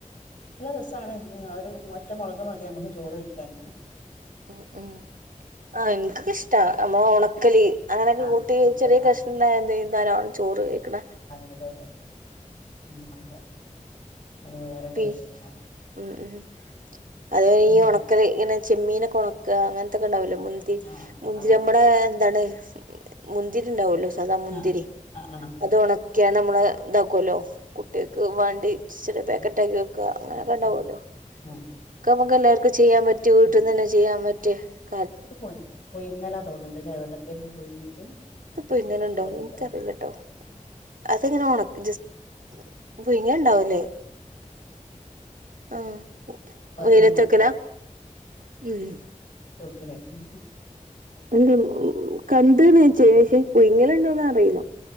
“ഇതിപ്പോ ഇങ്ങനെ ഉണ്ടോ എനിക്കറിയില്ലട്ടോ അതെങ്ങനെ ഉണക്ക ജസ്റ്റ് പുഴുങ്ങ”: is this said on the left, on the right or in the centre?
Right